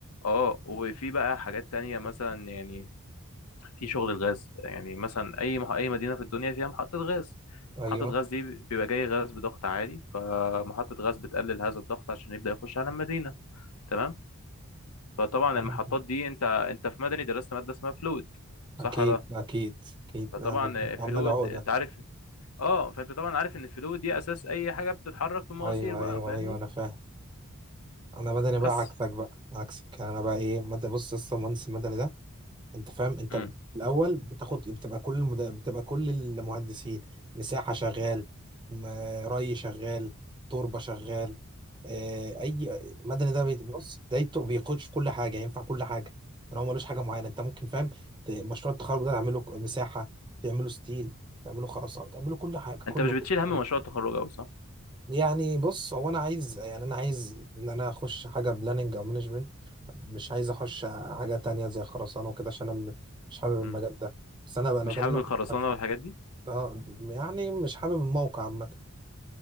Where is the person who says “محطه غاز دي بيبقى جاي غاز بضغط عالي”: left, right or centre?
Left